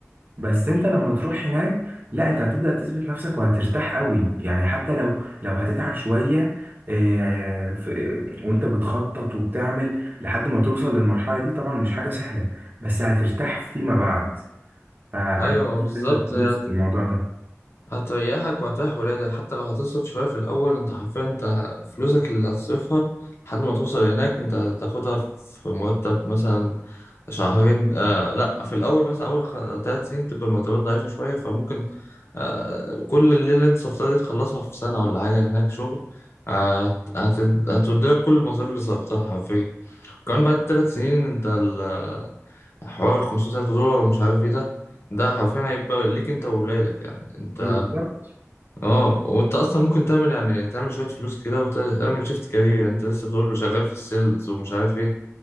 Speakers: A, on the right; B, on the left.
A: بس انت لما تروح هناك لا انت هتبدأ تثبت نفسك وهترتاح قوي يعني حتى لو لو هتتعب شوية اه، في- وانت بتخطط وبتعمل لحد ما توصل للمرحلة دي طبعا مش حاجة سهلة بس هترتاح فيما بعد فانا
B: ايوه
A: شايف
B: بالظبط
A: ان انت تدوس
B: هي
A: في الموضوع ده
B: هتريحك وهتريح ولادك حتى لو هتصرف شوية في الأول أنت حرفيا أنت فلوسك اللي هتصرفها لحد ما توصل هناك أنت هتاخدها في مرتب مثلا شهرين آه لأ في الأول مثلا أول خ- تلات سنين بتبقى المرتبات ضعيفة شوية فممكن آه كل الليلة اللي أنت صرفتها دي تخلصها في سنة ولا حاجة هناك شغل آه هت- هت- هتودلك كل المصاريف اللي صرفتها حرفيا كمان بعد تلات سنين أنت ال- حوار الخمسمية ألف دولار ومش عارف إيه ده ده حرفيا هيبقى ليك أنت وولادك يعني أنت
A: بالظبط
B: اه وانت اصلا ممكن تعمل يعني تعمل شويه فلوس كده وتعمل شيفت كارير انت لسه بتقول له شغال في السيلز ومش عارف ايه